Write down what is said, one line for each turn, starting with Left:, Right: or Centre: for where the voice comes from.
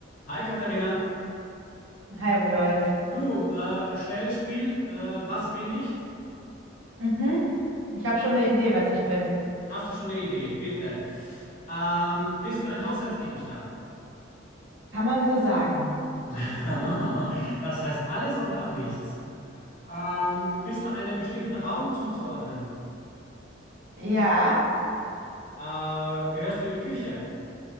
Left: Hi Katharina,
Right: Hi Rudolf.
Left: du, äh, schnelles Spiel, äh, was bin ich?
Right: Mhm. Ich habe schon
Left: Ja.
Right: eine Idee, was ich bin.
Left: Hast du schon eine Idee? Bitte. Ähm, bist du ein Haushaltsgegenstand?
Right: Kann man so sagen?
Left: <laughs> Das heißt alles und auch nichts. Ähm, bist du einem bestimmten Raum zuzuordnen?
Right: Ja,
Left: Äh, gehörst du in die Küche?